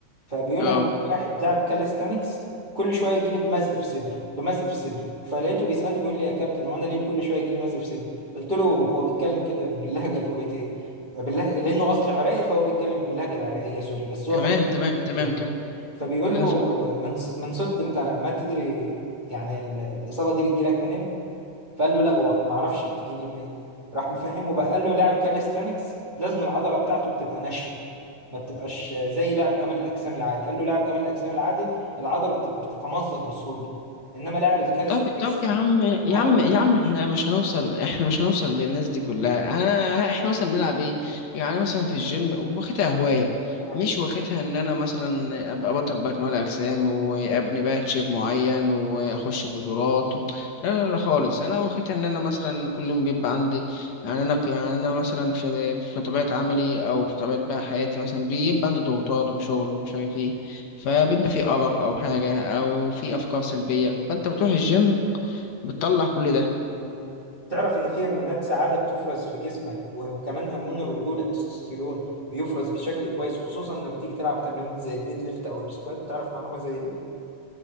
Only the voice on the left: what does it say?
أه
تمام
تمام
تمام
كم
خلينا
في المهم
طب طب يا عم يا
عم
يا عم
احنا مش هنوصل احنا مش هنوصل للناس دي كلها انا احنا مثلا بنلعب ايه يعني مثلا في الجيم واخدها هواية
مش واخدها ان انا مثلا ابقى بطل بقى كمال اجسام وابني بقى تشيب معين واخش بطولات لا لا لا خالص انا واخدها ان انا مثلا كل يوم بيبقى عندي يعني انا يعني انا مثلا في في طبيعة عملي او في طبيعة بقى حياتي مثلا بيبقى عندي ضغوطات وشغل ومش
عارف ايه فبيبقى في أرق أو حاجة أو في أفكار سلبية فأنت بتروح الجيم بتطلع كل ده